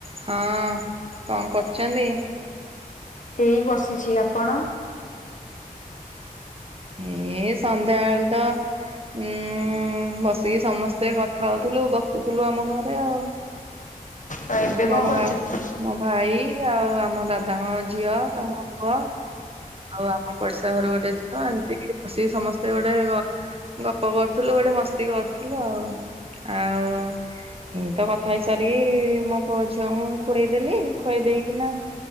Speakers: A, on the right; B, on the left.
A: ହଁ କଁ କରୁଚନ୍ତି?
B: ଏଇ ବସିଛି ଆପଣ?
A: ହେଏ ସନ୍ଧ୍ୟା ଆଳୁ ତ। ଉଁ ବସିକି ସମସ୍ତେ କଥା ହୋଉଥୁଲୁ ଗପୁଥୁଲୁ ଆମ ଘରେ ଆଉ।
B: ଆଉ ଏବେ
A: ମୋ
B: କଣ
A: ଭା
B: କରୁଛନ୍ତି?
A: ମୋ ଭାଇ ଆଉ ଆମ ଦାଦାଙ୍କ ଝିଅ ତାଙ୍କ ପୁଅ। ଆଉ ଆମ ପଡିଶା ଘର ଗୋଟେ ଝିଅ ଏମିତି ବସିକି ସମସ୍ତେ ଗୋଟେ ଗ ଗପ କରୁଥୁଲୁ ଗୋଟେ ମସ୍ତି କରୁଥୁଲୁ ଆଉ ଆଉ। ଏଇ ତ କଥା ହେଇସାରିକି ମୋ ପୁଅ ଝିଅଙ୍କୁ ଖୁଏଇଦେଲି ଖୁଆଇଦେଇକିନା